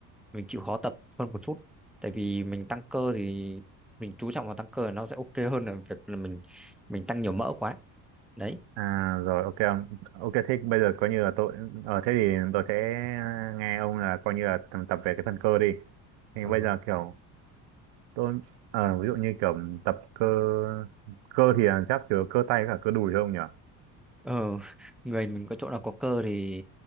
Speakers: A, in the centre; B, on the right.
A: mình chịu khó tập hơn một chút tại vì mình tăng cơ thì mình chú trọng vào tăng cơ nó sẽ ok hơn là việc là mình mình tăng nhiều mỡ quá đấy
B: À rồi ok ông. ok thế bây giờ coi như là tôi ờ thế thì tôi sẽ nghe ông là coi như là tập, tập về cái phần cơ đi thì
A: ừ.
B: bây giờ kiểu tôi ờ, ví dụ như kiểu tập cơ cơ thì là chắc chứa cơ tay với cả cơ đùi không nhỉ
A: ờ <laughs> người mình có chỗ nào có cơ thì